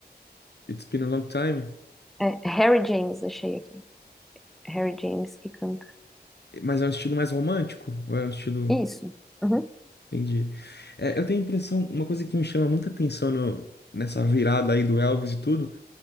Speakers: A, on the left (about 80°); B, in the centre.
A: It's Been a Long Time.
B: É é Harry James, achei aqui. É Harry James que canta.
A: Mas é um estilo mais romântico? Ou é um estilo.
B: Isso. Uhum.
A: Entendi. É, eu tenho a impressão, uma coisa que me chama muita atenção no- nessa virada aí do Elvis e tudo,